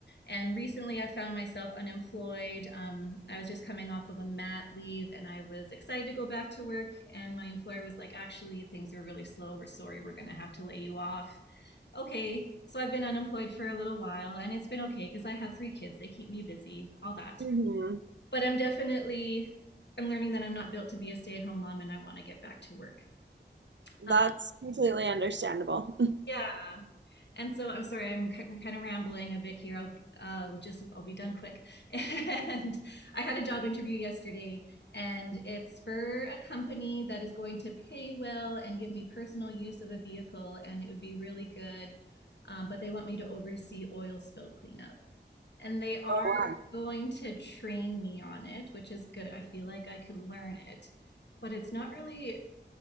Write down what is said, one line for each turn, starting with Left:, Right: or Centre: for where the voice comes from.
Left: And recently, I found myself unemployed. Um, I was just coming off of a mat leave and I was excited to go back to work. And my employer was like, actually, things are really slow. We're sorry. We're going to have to lay you off. Okay. So I've been unemployed for a little while and it's been okay because I have three kids. They keep me busy, all that
Right: hmm
Left: but I'm definitely I'm learning that I'm not built to be a stay-at-home mom and I want to get back to work. Um,
Right: That's completely understandable.
Left: yeah. and so I'm sorry, I'm kind of rambling a bit here. I'll uh, just I'll be done quick. <laughs> and I had a job interview yesterday, and it's for a company that is going to pay well and give me personal use of a vehicle, and it would be really good. Um, but they want me to oversee oil spill cleanup, and they
Right: <laughs>
Left: are going to train me on it, which is good. I feel like I could learn it, but it's not really